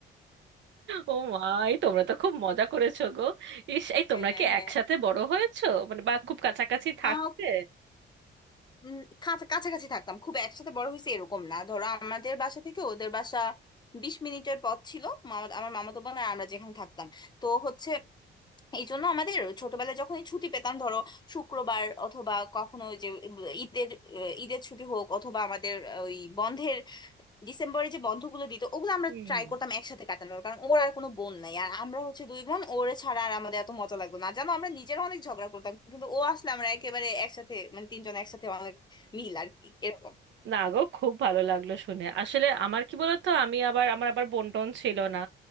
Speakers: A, on the right; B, on the left.
A: ও মা এই তোমরা তো খুব মজা করেছো গো ইস এই তোমরা
B: হ্যাঁ
A: কি
B: হ্যাঁ
A: একসাথে বড় হয়েছো মানে বা খুব কাছাকাছি থাকতে
B: আহ উম, কাছা- কাছাকাছি থাকতাম খুব একসাথে বড় হয়েছে এরকম না ধরো আমাদের বাসা থেকে ওদের বাসা বিশ মিনিটের পথ ছিল মামা আমার মামাতো বোন আর আমরা যেখানে থাকতাম তো হচ্ছে এই জন্য আমাদের ছোটবেলায় যখন এই ছুটি পেতাম ধরো শুক্রবার অথবা কখনো ওই যে ঈদের আহ, ঈদের ছুটি হোক অথবা আমাদের আহ, ওই বন্ধের ডিসেম্বরে যে বন্ধগুলো দিত ওগুলো আমরা
A: হুম
B: ট্রাই করতাম একসাথে কাটানোর কারণ ওর আর কোনো বোন নাই আর আমরা হচ্ছে দুই বোন ওর ছাড়া আর আমাদের এত মজা লাগতো না জানো আমরা নিজেরা অনেক ঝগড়া করতাম কিন্তু ও আসলে আমরা একেবারে একসাথে মানে তিনজন একসাথে অনেক মিল আর কি এরকম
A: না গো খুব ভালো লাগলো শুনে আসলে আমার কি বলতো আমি আবার আমার আবার বোন টোন ছিল না